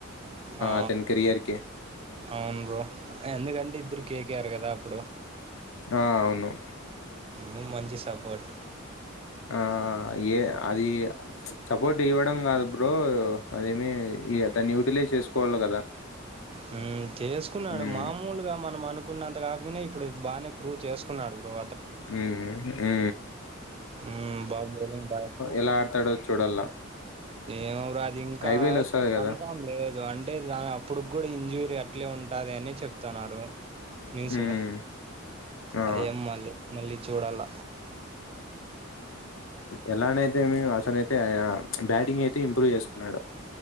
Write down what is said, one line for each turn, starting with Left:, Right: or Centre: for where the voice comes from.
Right: ఆ
Left: అతని కెరియర్‌కి.
Right: అవును బ్రో ఎందుకంటే ఇద్దరు కేకేఆర్ కదా అప్పుడు
Left: ఆ అవును
Right: నువ్వు మంచి సపోట్
Left: ఆ ఏ అది సపోర్ట్ ఇవ్వడం కాదు ఇప్పుడు అదేమి ఈ దాన్ని యూటిలైజ్ చేసుకోవాలి కదా
Right: హు చేసుకున్నాడు
Left: ఉమ్
Right: మామూలుగా మనం అనుకున్నంత కాకపోనా ఇప్పుడు బాగానే ప్రూవ్ చేసుకున్నాడు బ్రో
Left: ఏ ఏ
Right: ఉ బాబుబొలే
Left: ఎలా ఆడతాడో చూడాల
Right: ఏమరు అది ఇంకా
Left: ఐపీఎల్ వస్తది కదా
Right: కన్ఫామ్ లేదు అంటే దాని అప్పుడు కూడా ఇంజూరీ అట్లే ఉంటు అ అది అని చెప్తున్నారు న్యూస్
Left: ఉమ్ ఆ
Right: అరె మళ్ళీ మల్లి చూడాల
Left: ఎలానైతే అసలైతే బ్యాటింగ్ అయితే ఇంప్రూవ్ చేసుకున్నాడు